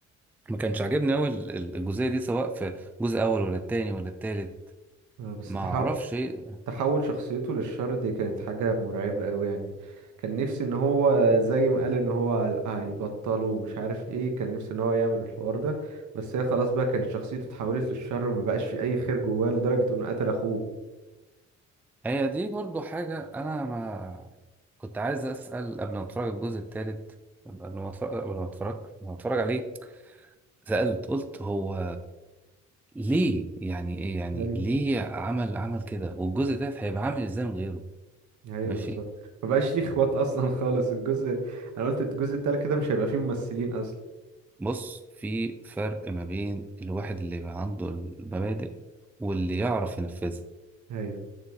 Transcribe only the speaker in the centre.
ما كانش عاجبني قوي الجزئيه دي سواء في الجزء الاول ولا التاني ولا التالت
ما
اعرفش ايه
هي دي برضو حاجه انا ما كنت عايز اسال قبل ما اتفرج على الجزء التالت قبل ما اتفرج قبل ما اتفرج قبل ما اتفرج عليه سالت قلت هو ليه يعني ايه يعني
ليه عمل عمل كده والجزء ده هيبقى عامل ازاي من غيره
ماشي
بص في فرق ما بين الواحد اللي يبقى عنده المبادئ واللي يعرف ينفذها